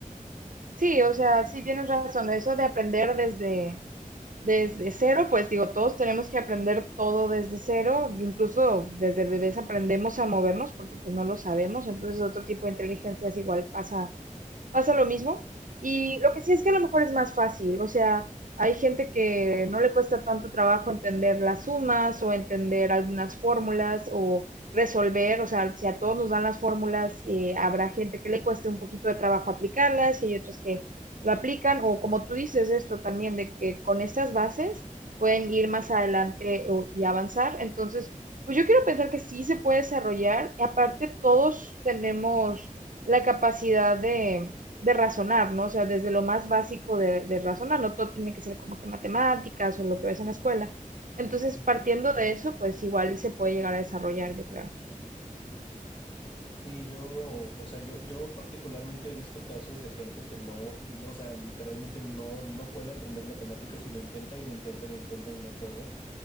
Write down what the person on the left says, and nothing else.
Ujú,
ujú.
Sí, yo, o sea, yo, yo particularmente he visto casos de gente que no, no, o sea, literalmente no, no puede aprender matemáticas y lo intenta y lo intenta y lo intenta y no puede.